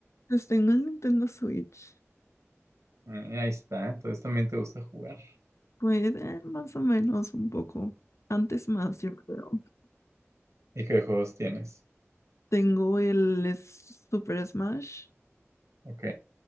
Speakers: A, on the left (about 75°); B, on the right (about 85°).
A: Pues tengo el Nintendo Switch.
B: Eh, ahí está, entonces también te gusta jugar.
A: Pues eh, más o menos un poco. Antes más, yo creo.
B: ¿Y qué juegos tienes?
A: Tengo el es- Super Smash,
B: Ok.